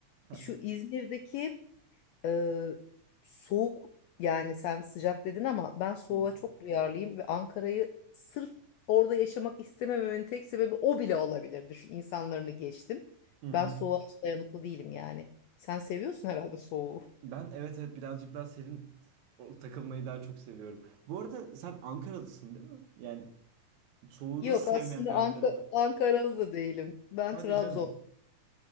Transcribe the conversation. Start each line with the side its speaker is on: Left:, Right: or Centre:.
Right: Heh.
Left: şu İzmir'deki Ee, soğuk yani sen sıcak dedin ama ben soğuğa
Right: Hı hı.
Left: çok duyarlıyım ve Ankara'yı sırf orada yaşamak istemememin tek sebebi o bile olabilir. Düşün insanlarını geçtim.
Right: Hı hı.
Left: Ben soğuğa hiç dayanıklı değilim yani. Sen seviyorsun herhalde soğuğu.
Right: Ben evet evet birazcık daha senin o takılmayı daha çok seviyorum. Bu arada sen Ankaralısın değil mi? Yani soğuğu
Left: Yok
Right: nasıl sevmeyen
Left: aslında
Right: bir
Left: Anka
Right: Ankaralı?
Left: Ankaralı değilim. Ben
Right: Hadi
Left: Trabzon.
Right: canım.